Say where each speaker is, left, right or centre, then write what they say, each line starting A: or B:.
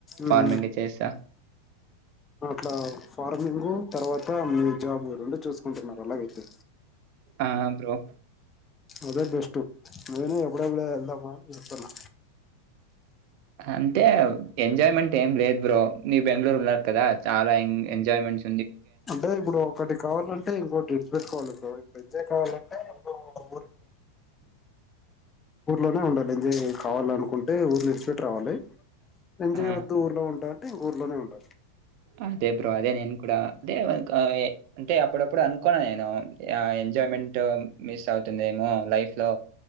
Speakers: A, on the right (about 45°); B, on the left (about 20°).
A: ఫార్మింగ్
B: ఉమ్.
A: చేసా
B: అట్లా ఫార్మింగ్ తర్వాత మీ జాబ్ రెండు చూసుకుంటున్నారు అలాగైతే
A: ఆ బ్రో
B: అదే బెస్ట్ నేనే ఎప్పుడ ఎప్పుడే వెళ్దామ అని చుతున్నా
A: అంటే ఎంజాయ్మెంట్ ఏం లేదు బ్రో నీ బెంగళూరు బ్లాక్ కదా చాలా ఎంగ్ ఎంజాయ్మెంట్
B: అంటే ఇప్పుడు ఒకటి కావాలంటే ఇంకోటి ఇడిసిపెట్టుకోవాలి బ్రో ఇప్పుడు ఎంజయ్ కావాలంటే ఇప్పుడు ఊరిని ఊర్లోనే ఉండాలి ఎంజాయ్ కావాలనుకుంటే ఊరిని ఇడిసిపెట్టి రావాలి ఎంజాయ్
A: ఆ!
B: వద్దు ఊర్లో ఉంటా ఊర్లోనే ఉండాలి
A: అంతే బ్రో అదే నేను కూడా టే అదే అంటే అప్పుడప్పుడు అనుకోన్నా నేనుఆ ఎంజాయ్మెంట్ మిస్ అవుతుందేమో లైఫ్ లో